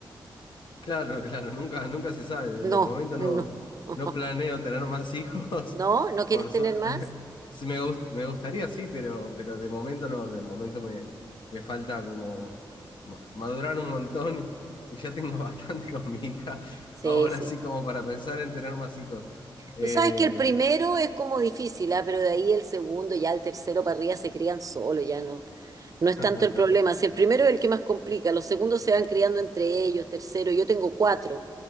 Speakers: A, on the left (about 70°); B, on the right (about 45°).
A: Claro, claro, nunca, nunca se sabe. De,
B: No,
A: de momento no,
B: no. <laughs>
A: no planeo tener más hijos.
B: ¿No?
A: <laughs>
B: ¿No quieres
A: Por
B: tener
A: su- <laughs>
B: más?
A: Sí, me gust- me gustaría, sí, pero, pero de momento no. De momento me, me falta como ma- madurar un montón y, y ya tengo <laughs> bastante con mi hija.
B: Sí,
A: Ahora
B: sí.
A: sí, como para pensar en tener más hijos. Eh,
B: Tú sabes que el primero es como difícil, ¿ah? Pero de ahí el segundo, ya el tercero para arriba se crían solo, ya no, no es tanto
A: <laughs>
B: el problema. Si el primero es el que más complica, los segundos se van criando entre ellos, tercero, yo tengo cuatro.